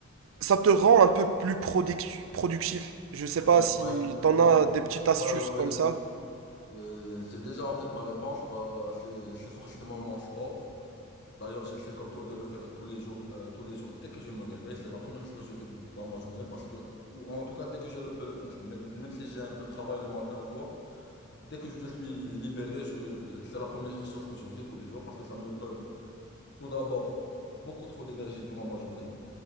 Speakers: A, on the right; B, on the left.
A: Ça te rend un peu plus produc- productif. Je sais
B: Production.
A: pas si
B: Bah écoute, pour
A: t'en
B: moi,
A: as
B: c'est.
A: des petites astuces
B: Ouais, ouais,
A: comme
B: ouais, j'ai
A: ça.
B: euh, j'ai déjà en tête ma réponse. Bah, c'est c'est forcément mon sport. D'ailleurs, j'essaie comme toi de le faire tous les jours, euh, tous les jours dès que je me réveille. C'est la première chose que je fais dans ma journée parce que, ou en tout cas, dès que je le peux le faire. C'est Même même si j'ai un peu de travail le matin ou quoi, dès que je suis libéré, je, je- c'est la première chose que je fais tous les jours parce que ça me donne tout d'abord beaucoup trop d'énergie durant ma journée.